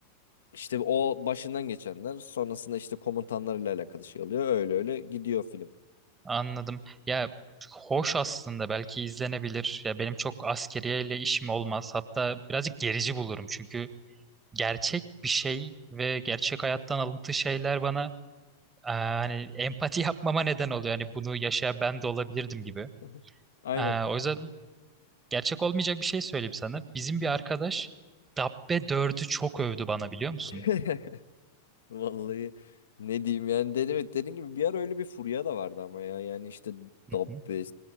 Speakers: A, on the left; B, on the right.
A: İşte o başından geçenler sonrasında işte komutanlarıyla alakalı şey oluyor. Öyle öyle gidiyor film.
B: Anladım. Ya hoş aslında belki izlenebilir. Ya benim çok askeriyeyle işim olmaz. Hatta birazcık gerici bulurum çünkü gerçek bir şey ve gerçek hayattan alıntı şeyler bana eee, hani empati <laughs> yapmama neden oluyor. Hani bunu yaşayan ben de olabilirdim gibi.
A: Hı hı. Aynen.
B: Eee, o yüzden gerçek olmayacak bir şey söyleyeyim sana. Bizim bir arkadaş Dabbe dördü çok övdü bana biliyor musun?
A: <laughs> Vallahi ne diyeyim yani dedim, evet, dediğim gibi bir ara öyle bir furya da vardı ama ya yani işte
B: Hı
A: Dabbe
B: hı.